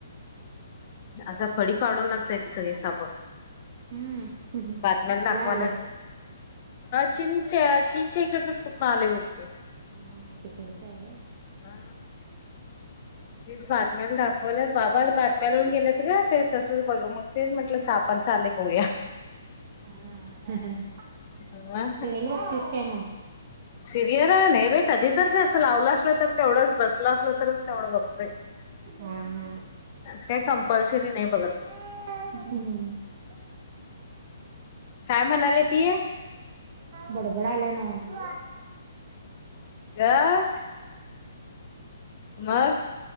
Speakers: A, on the left; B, on the right.
A: असा फडी काढूनच आहेत, सगळे साप.
B: हम्म हम् हम्
A: बातम्याला
B: कुठल
A: दाखवायला
B: आलेय?
A: चीनच्या चीनच्या इकडनच कुठन आले बघ ते.
B: हा तिकडचा आहे होय?
A: हा तीच बातम्याला दाखवायल्यात बाबा आज बातम्या लाऊन गेल्यात ग. ते तसंच बघ मग तेच म्हटलं सापांच आलंय बघुया.
B: हं
A: ह
B: टिव्हीला बघतीस काय मग?
A: सिरियर नाही बाई कधी तर ते असं लावलं असलं तर तेवढंच बसलं असलं तरच तेवढं बघतोय.
B: हम्म.
A: असं काय कंपल्सरी नाही बघत.
B: हम्म.
A: काय म्हणाल्या ती?
B: बड बडाल्या न्हवं.
A: आ? मग